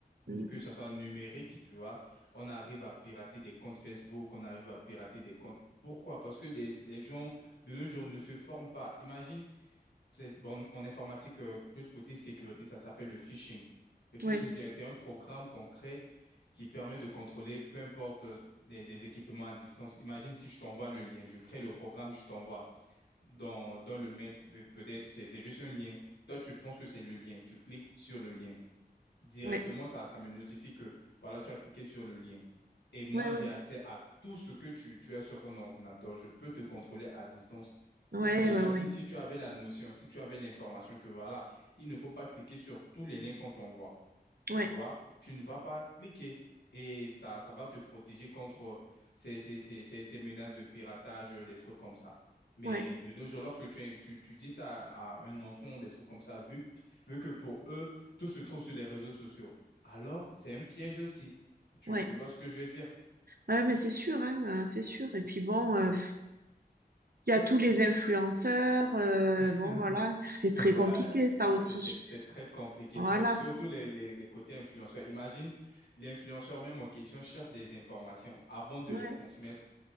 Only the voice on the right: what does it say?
Mm.
Oui.
Ouais,
ouais, ouais,
ouais,
ouais,
ouais, ouais,
ouais,
ouais,
ouais,
Ouais, mais c'est sûr, hein, euh, c'est sûr. Et puis bon, euh, Il y a tous les influenceurs. euh,
bon, voilà, c'est très
compliqué,
ça aussi.
Voilà,
ouais,